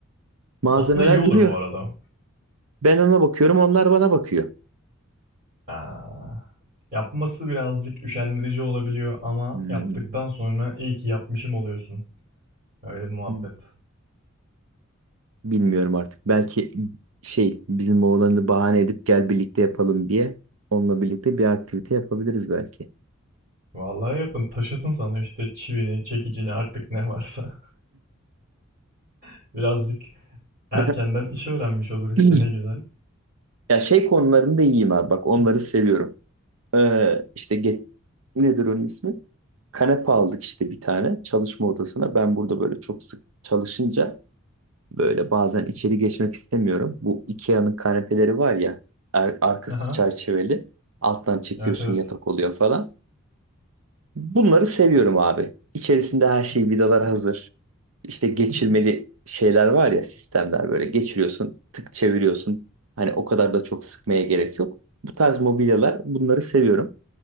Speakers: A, on the right; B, on the right.
A: malzemeler
B: Aslında iyi olur
A: duruyor.
B: bu arada.
A: Ben ona bakıyorum, onlar bana bakıyor.
B: Aa, yapması birazcık üşendirici olabiliyor ama
A: Hmm.
B: yaptıktan sonra iyi ki yapmışım oluyorsun. Öyle bir muhabbet.
A: Hmm. Bilmiyorum artık. Belki şey bizim oğlanı bahane edip gel birlikte yapalım diye onunla birlikte bir aktivite yapabiliriz belki.
B: Vallahi yapın taşısın sana işte çivini, çekicini artık ne varsa. <laughs> Birazcık erkenden
A: <laughs>
B: işi öğrenmiş olur işte
A: <clears throat>
B: ne güzel.
A: Ya şey konularında iyiyim abi. Bak onları seviyorum. Ee, işte get, nedir onun ismi? Kanepe aldık işte bir tane çalışma odasına. Ben burada böyle çok sık çalışınca böyle bazen içeri geçmek istemiyorum. Bu IKEA'nın kanepeleri var ya ar- arkası
B: Aha.
A: çerçeveli. Alttan çekiyorsun
B: Evet evet.
A: yatak oluyor falan. Bunları seviyorum abi. İçerisinde her şey vidalar hazır. İşte geçirmeli şeyler var ya sistemler böyle geçiriyorsun, tık çeviriyorsun. Hani o kadar da çok sıkmaya gerek yok. Bu tarz mobilyalar bunları seviyorum.